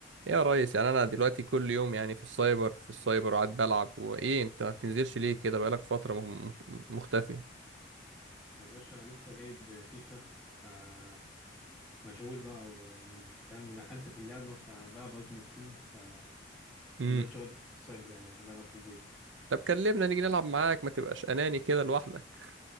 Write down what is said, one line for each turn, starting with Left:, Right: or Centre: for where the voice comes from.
Right: يا ريس يعني انا دلوقتي كل يوم يعني في السايبر في السايبر وقاعد بلعب وايه انت ما بتنزلش ليه كده بقالك فترة مم- مم- مختفي
Centre: يا باشا لسه جايب فيفا فمشغول بقى وفاهم دخلت في اللعبة فبلعب ألتيمت تيم فمبقتش
Right: امم
Centre: واخد السايبر يعني بحب ألعب في البيت
Right: طب كلمنا نيجي نلعب معاك ما تبقاش اناني كده لوحدك